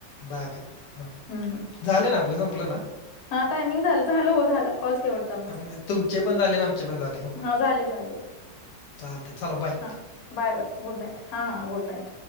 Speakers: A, on the left; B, on the left.
A: बाय बाय हो.
B: हं हं.
A: झालं ना, आपलं संपलं ना.
B: हा टायमिंग झालं, झालं हो झाला, कॉल शेवट. <unintelligible>
A: अम, तुमचे पण झाले ना आमचे पण झाले हो
B: हा झाले झाले.
A: चालतंय चला बाय
B: हा बाय बाय गुड नाईट, हा हा गुड नाईट.